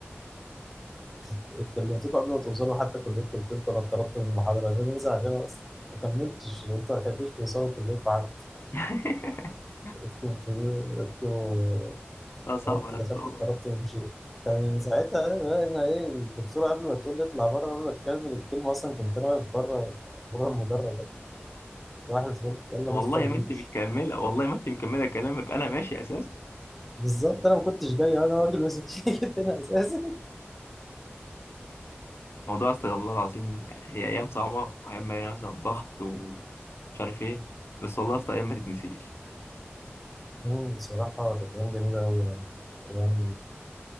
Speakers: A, in the centre; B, on the left.
A: <laughs> كلمتكم قبل ما توصلوا حتى كليتكم قلت لكم انا اتطردت من المحاضره انا نازل عشان أصلاً ما كملتش انتوا ما لحقتوش توصلوا كليتكم حتى
B: <laughs>
A: انتوا بتقولوا- انتوا
B: لا صعب
A: طردت
B: يا
A: دخلت
B: اسطى والله.
A: اتطردت ومشيت كان ساعتها انا أنا ايه الدكتوره قبل ما تقول لي اطلع بره قبل ما تكمل الكلمه اصلا كنت انا واقف بره بره المدرج راح الفل يلا
B: والله
A: نفطر ونمشي
B: ما انت مكمله والله ما انت مكمله كلامك انا ماشي اساسا
A: بالظبط انا ما كنتش جاي انا راجل وسكيت <laughs> هنا اساسا
B: موضوع استغفر الله العظيم يعني هي ايام صعبه وايام مليانه مثلا ضغط ومش عارف ايه بس والله يا اسطى ايام ما تتنسيش
A: مم، بصراحه كانت ايام جميله قوي يعني ايام